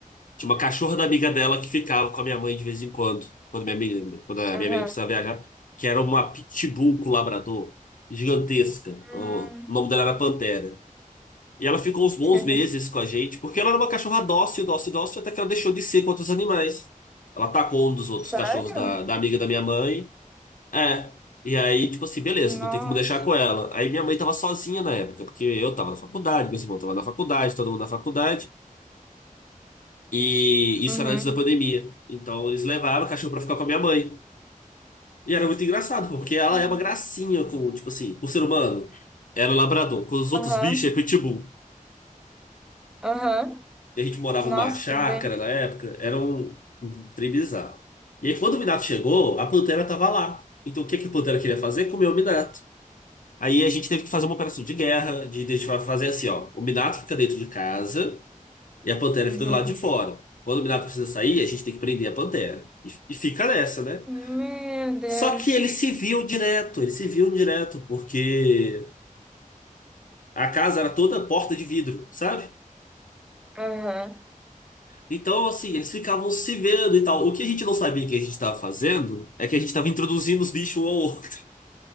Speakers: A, on the left; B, in the centre.
A: Tinha uma cachorra da amiga dela que ficava com a minha mãe de vez em quando, quando minha amiga, quando a
B: Aham.
A: minha amiga precisava viajar, que era uma pitbull com labrador, gigantesca.
B: Hum.
A: O nome dela era Pantera. E ela ficou uns bons
B: <laughs>
A: meses com a gente, porque ela era uma cachorra dócil, dócil, dócil, até que ela deixou de ser com outros animais. Ela atacou um dos outros
B: Sério?
A: cachorros da, da amiga da minha mãe. É. E aí, tipo assim, beleza,
B: Nossa.
A: não tem como deixar com ela. Aí minha mãe tava sozinha na época, porque eu tava na faculdade, meu irmão tava na faculdade, todo mundo na faculdade. E isso
B: Uhum.
A: era antes da pandemia. Então eles levaram o cachorro pra ficar com a minha mãe. E era muito engraçado, porque ela
B: Hum.
A: é uma gracinha com, tipo assim, o ser humano. Era labrador. Com os outros
B: Aham.
A: bichos é pitbull.
B: Aham.
A: E a gente morava
B: Nossa,
A: numa chácara
B: tu vê?
A: na época. Era um, um trem bizarro. E aí quando o Minato chegou, a pantera tava lá. Então o que que a pantera queria fazer? Comer o Minato. Aí a gente teve que fazer uma operação de guerra, de, de fazer assim, ó. O Minato fica dentro de casa. E a Pantera
B: Uhum.
A: fica do lado de fora. Quando o Minato precisa sair, a gente tem que prender a Pantera. E, e fica nessa, né?
B: Meu Deus.
A: Só que eles se viam direto, eles se viam direto, porque a casa era toda porta de vidro, sabe?
B: Aham.
A: Então, assim, eles ficavam se vendo e tal. O que a gente não sabia que a gente estava fazendo é que a gente estava introduzindo os bichos um ao outro,